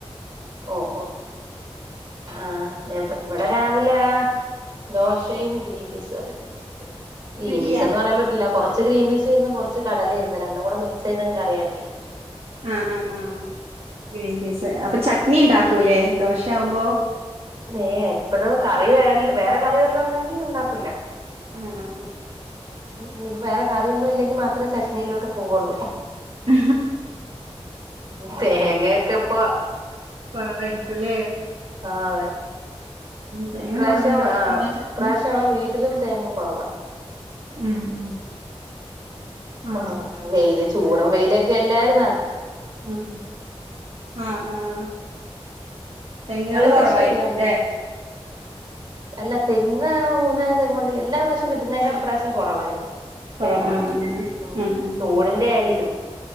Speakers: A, on the right; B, on the right.
A: ഓഹ് ഓഹ് ആഹ്. ഞാൻ പ വടെ രാവിലേ ദോശയും, ഗ്രീൻ പീസ് കറിം. ഗ്രീം
B: ഇഡ്ലിയാ
A: പീസെന്ന് പറയാം പറ്റില്ല. കൊറച്ച് ഗ്രീം പീസ് ര്ന്ന് കൊറച്ച് കടല ഇര്ന്ന് രണ്ടും കൂടെ മിക് സെ യ്ത് അങ്ങ് കറിയാക്കി.
B: ആഹ് ആഹ്ആഹ് ഗ്രീൻ പീസെ അപ്പൊ ചട്നി ണ്ടാക്കൂലേ ദോശയാ വ്മ്പോ?
A: നേ ഹെ. പ്പഴും കറി വേൽ വേറെ കറി വെല്ലൊം ണ്ടെങ്കി ഉണ്ടാക്കൂല്ല.
B: ഉം ഉം ഉം
A: ഇഞ്ഞിപ്പം വേറെ കറിയൊന്നും ഇല്ലെങ്കി മാത്രേ ചട്നിയിലോട്ട് പോവുള്ളു.
B: ആ
A: തേങ്ങെക്കെ പ്പൊ
B: കൊറെ കഴിക്കുംല്ലേ.
A: ആഹ് തെ.
B: തേങ്ങ
A: ഇപ്രാശ്യം
B: കുറവില്ലോടത്ത്
A: ആഹ്
B: പിന്നെ ചട്നി
A: ഇപ്രാശ്യം അമ്മളെ വീട്ടിലും തേങ്ങ കൊറവാ.
B: ഉം ഉം. ആഹ്
A: കൊറവാ വെയില് ചൂടും വെയിലെക്കെ അല്ലായിര്
B: ഉം. ആഹ് ആഹ് തെങ്
A: അവിടെ
B: കള് കൊറവായിരിക്കും
A: കൃഷി വല്ലോം ഉണ്ടോ
B: ല്ലേ?
A: അല്ല തെങ്ങ് മൂന്നാല് തെങ്ങുണ്ട്. എല്ലാ പ്രാവശ്യം കിട്ടുന്നേക്കാ പ്രാവശ്യം കൊറവായിരുന്നു.
B: കുറവ
A: തേങ്ങ
B: ആഹ് അങ്ങനെ
A: ഉം. ചൂട്
B: ഉം
A: ൻ്റേയിരിക്കും.